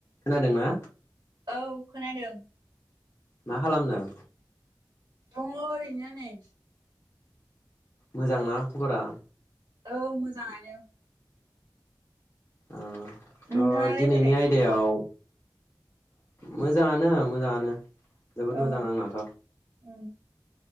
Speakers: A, on the left (about 35°); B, on the right (about 70°).
A: खोनादोंना
B: औ खोनादों
A: मा खालामदों
B: दङ ओरैनो नै
A: मोजां ना खबरा
B: औ मोजाङानो
A: ओ थ
B: नोंथाङालाय
A: दिनैनि
B: बोरै?
A: आयदायाव मोजाङानो मोजाङानो जोबोद
B: औ
A: मोजां आंनाथ
B: उम